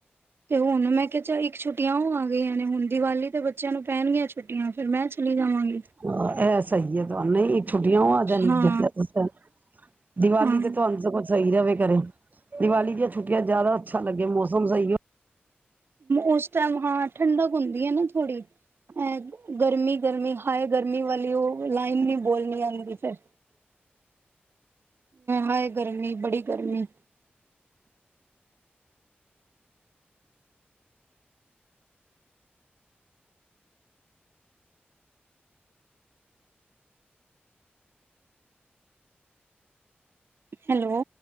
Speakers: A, on the right; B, on the right.
A: ਤੇ ਹੁਣ ਮੈਂ ਕਿਹਾ ਚ ਇੱਕ ਛੁੱਟੀਆਂ ਉਹ ਆ ਗਈਆਂ ਨੇ ਹੁਣ ਦੀਵਾਲੀ ਤੇ ਬੱਚਿਆਂ ਨੂੰ ਪੈਣਗੀਆਂ ਛੁੱਟੀਆਂ ਫਿਰ ਮੈਂ ਚਲੀ ਜਾਵਾਂਗੀ
B: ਹੂੰ ਇਹ ਸਹੀ ਹੈ ਤੁਹਾਨੂੰ ਨਹੀਂ ਛੁੱਟੀਆਂ ਹੋ ਆ ਜਾਂਣੀ
A: ਹਾਂ
B: <unintelligible> ਦੀਵਾਲੀ
A: ਹਾਂ
B: ਤੇ <unintelligible> ਸਹੀ ਜਾਵੇ ਘਰੇ ਦੀਵਾਲੀ ਦੀਆਂ ਛੁੱਟੀਆਂ ਜਿਆਦਾ ਅੱਛਾ ਲੱਗੇ ਮੌਸਮ ਸਹੀ ਹੋ
A: ਉਸ ਟਾਈਮ ਹਾਂ ਠੰਡਕ ਹੁੰਦੀ ਹੈ ਨਾ ਥੋੜੀ ਅ ਗਰਮੀ ਗਰਮੀ ਹਾਏ ਗਰਮੀ ਵਾਲੀ ਉਹ ਲਾਈਨ ਨੀ ਬੋਲਣੀ ਜਾਂਦੀ ਫਿਰ ਹਾਏ ਗਰਮੀ ਬੜੀ ਗਰਮੀ ਹੈਲੋ